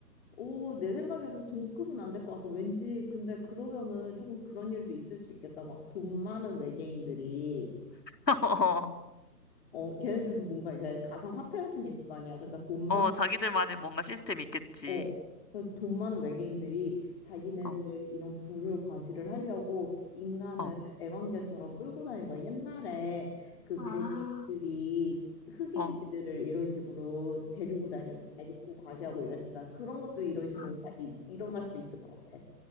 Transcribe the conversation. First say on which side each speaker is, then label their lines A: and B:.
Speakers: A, on the left; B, on the left.
A: 오, 내 생각에도 동급은 안 될 것 같아. 왠지 근데 그러면은 조금 그런 일도 있을 수 있겠다. 막 돈 많은 외계인들이
B: <laughs> 어,
A: 어, 걔네들도 뭔가 이제 가상화폐 같은 게 있을 거 아니야. 그러니까 돈 많은
B: 어, 자기들만의 뭔가 시스템이 있겠지.
A: 어. 그래서 돈 많은 외계인들이 자기네들
B: 어,
A: 이런 부를 과시를 하려고 인간을
B: 어.
A: 애완견처럼 끌고 다니는 거야. 옛날에 그
B: 아,
A: 백인들이 흑인들을
B: 어.
A: 이런 식으로 데리고 다니면서 자기 부 과시하고 이랬었잖아. 그런 것도 이런 식으로
B: 아.
A: 다시 일어날 수 있을 것 같아.